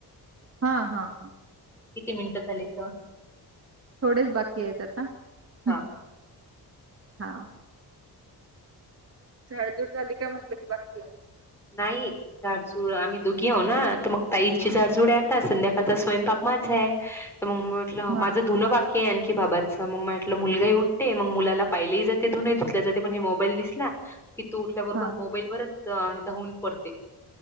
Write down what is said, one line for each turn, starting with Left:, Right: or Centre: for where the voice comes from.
Right: हा हा हा.
Centre: किती मिनिटं झालेत?
Right: थोडेच बाकी आहेत आता.
Centre: हा
Right: हम्म. हा. झाडझूड झाली काय म्हटलं की बाकी आहे?
Centre: नाही. जाडजूड आम्ही दोघी आहो ना? तर मग ताईची झाडजुड आहे. आता संध्याकाळचा स्वयंपाक माझा आहे. तर मग म्हटलं
Right: हा
Centre: माझं धुण बा की आणखी बाबाच मग म्हटलं मुलगाही उठते मग मुलाला पाहिलेही जाते. धुणही धुतल्या जाते. पण हे मोबाईल दिसला. कि तू उठल्याबरोबर
Right: हा
Centre: मोबाईल वरच धावून पडते.